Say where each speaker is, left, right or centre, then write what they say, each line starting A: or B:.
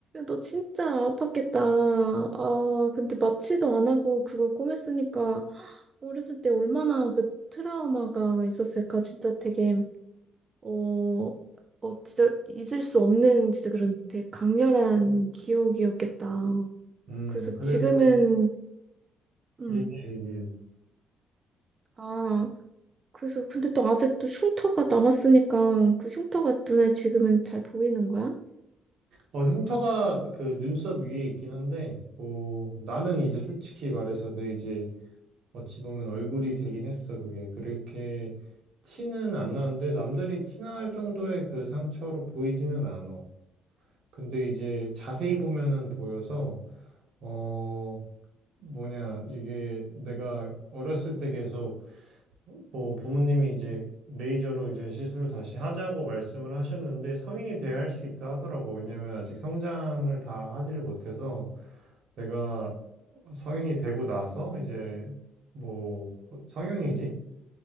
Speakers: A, on the right; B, on the right.
A: 너 진짜 아팠겠다. 아, 근데 마취도 안 하고 그걸 꿰맸으니까 어렸을 때 얼마나 그 트라우마가 있었을까. 진짜 되게, 어, 어, 진짜 잊을 수 없는 진짜 그런 되게 강렬한 기억이었겠다.
B: 음,
A: 그래서
B: 그래서
A: 지금은, 음,
B: 얘기해, 얘기해.
A: 아, 그래서 근데 또 아직도 흉터가 남았으니까 그 흉터가 눈에 지금은 잘 보이는 거야?
B: 어, 흉터가 그 눈썹 위에 있긴 한데, 뭐, 나는 이제 솔직히 말해서 내 이제 어찌 보면 얼굴이 되긴 했어. 그게 그렇게 티는 안 나는데 남들이 티날 정도의 그 상처로 보이지는 않아. 근데 이제 자세히 보면은 보여서 어, 뭐냐, 이게 내가 어렸을 때 계속 뭐 부모님이 이제 레이저로 이제 시술을 다시 하자고 말씀을 하셨는데 성인이 돼야 할 수 있다 하더라고. 왜냐면 아직 성장을 다 하지를 못해서 내가 성인이 되고 나서 이제 뭐 성형이지?